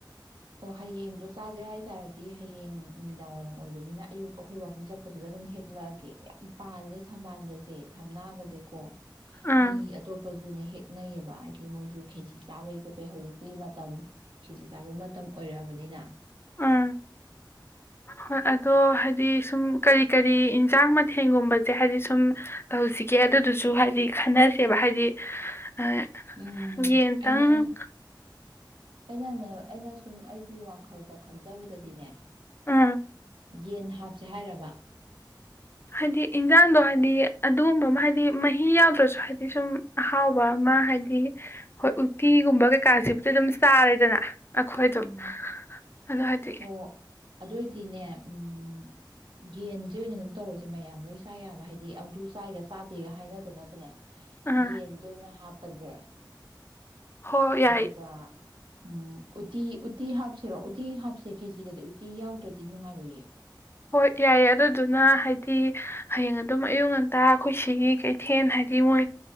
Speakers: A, on the right; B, on the left.
A: ꯑꯣ ꯍꯌꯦꯡꯗꯣ ꯆꯥꯖꯦ ꯍꯥꯏ ꯇꯥꯔꯗꯤ ꯍꯌꯦꯡ ꯅꯨꯃꯤꯗꯥꯡ ꯋꯥꯏꯔꯝ ꯑꯣꯏꯕꯅꯤꯅ ꯑꯌꯨꯛ ꯑꯈꯣꯏ ꯋꯥꯛꯀꯤꯡ ꯆꯠꯄꯗꯨꯗ ꯑꯗꯨꯝ ꯍꯦꯛꯂꯛꯑꯒꯦ ꯌꯥꯝ ꯄꯥꯜꯂꯦ ꯊꯝꯕꯥꯜꯒꯖꯦ ꯊꯝꯅꯥꯒꯖꯦꯀꯣ
B: ꯑꯥ
A: ꯃꯤ ꯑꯇꯣꯞꯄꯖꯨꯅꯦ ꯍꯦꯛꯅꯩꯌꯦꯕ ꯍꯥꯏꯗꯤ ꯃꯣꯏꯖꯩ ꯈꯦꯆꯤ ꯆꯥꯕꯩ ꯈꯣꯠꯄꯩ ꯍꯧꯖꯤꯛꯇꯤ ꯃꯇꯝ ꯈꯦꯖꯤ ꯆꯥꯕ ꯃꯇꯝ ꯃꯇꯝ ꯑꯣꯏꯔꯑꯕꯅꯤꯅ
B: ꯎꯝ ꯍꯣꯏ ꯑꯗꯣ ꯍꯥꯏꯗꯤ ꯁꯨꯝ ꯀꯔꯤ ꯀꯔꯤ ꯏꯟꯁꯥꯡ ꯃꯊꯦꯡꯒꯨꯝꯕꯖꯦ ꯍꯥꯏꯗꯤ ꯁꯨꯝ ꯇꯧꯁꯤꯒꯦ ꯑꯗꯨꯗꯨꯁꯨ ꯍꯥꯏꯗꯤ ꯈꯟꯅꯁꯦꯕ ꯍꯥꯏꯗꯤ ꯑ
A: ꯎꯝ
B: ꯌꯦꯟꯇꯪ
A: ꯑꯩꯅ ꯑꯩꯅꯅꯦ ꯑꯩꯅ ꯁꯨꯝ ꯑꯩꯒꯤ ꯋꯥꯈꯜꯗ ꯈꯟꯖꯕꯗꯗꯤꯅꯦ
B: ꯑ
A: ꯌꯦꯟ ꯍꯥꯞꯁꯦ ꯍꯥꯏꯔꯕ
B: ꯍꯥꯏꯗꯤ ꯏꯟꯖꯥꯡꯗꯣ ꯍꯥꯏꯗꯤ ꯑꯗꯨꯒꯨꯝꯕ ꯑꯃ ꯍꯥꯏꯗꯤ ꯃꯍꯤ ꯌꯥꯎꯗ꯭ꯔꯁꯨ ꯍꯥꯏꯗꯤ ꯁꯨꯝ ꯑꯍꯥꯎꯕ ꯑꯃ ꯍꯥꯏꯗꯤ ꯍꯣꯏ ꯎꯇꯤꯒꯨꯝꯕ ꯀꯩꯀꯥꯁꯤꯕꯨꯗꯤ ꯑꯗꯨꯝ ꯆꯥꯔꯦꯗꯅ ꯑꯩꯈꯣꯏ ꯑꯗꯨꯝ
A: ꯎꯝ
B: ꯑꯗꯣ ꯍꯥꯏꯗꯤ
A: ꯑꯣ ꯑꯗꯣꯏꯗꯤꯅꯦ ꯎꯝ ꯒꯦꯟ ꯖꯤ ꯑꯣꯏꯅ ꯗꯨꯝ ꯇꯧꯔꯖꯦ ꯃꯌꯥꯝ ꯂꯣꯏ ꯆꯥ ꯌꯥꯕ ꯍꯥꯏꯗꯤ ꯑꯝ ꯆꯥꯏꯒ ꯆꯥꯗꯦꯒ ꯍꯥꯏꯅꯗꯅꯕꯅꯦ
B: ꯑꯥ
A: ꯌꯦꯟꯖꯦ ꯑꯣꯏꯅ ꯍꯥꯞ ꯄꯖꯦ
B: ꯍꯣꯏ ꯌꯥꯏ
A: ꯑꯗꯨꯒ ꯎꯝ ꯎꯇꯤ ꯎꯠ ꯇꯤ ꯍꯥꯞꯁꯤꯔꯣ ꯎꯇꯤ ꯍꯥꯞꯁꯦ ꯀꯦꯆꯤꯗꯗꯤ ꯎꯇꯤ ꯌꯥꯎꯗ꯭ꯔꯗꯤ ꯅꯨꯡꯉꯥꯏꯔꯣꯏꯌꯦ
B: ꯍꯣꯏ ꯌꯥꯏꯌꯦ ꯑꯗꯨꯗꯨꯅ ꯍꯥꯏꯗꯤ ꯍꯌꯦꯡ ꯑꯗꯨꯝ ꯑꯌꯨꯛ ꯉꯟꯇꯥ ꯑꯈꯣꯏ ꯁꯤꯒꯤ ꯀꯩꯊꯦꯟ ꯍꯥꯏꯗꯤ ꯃꯣꯏ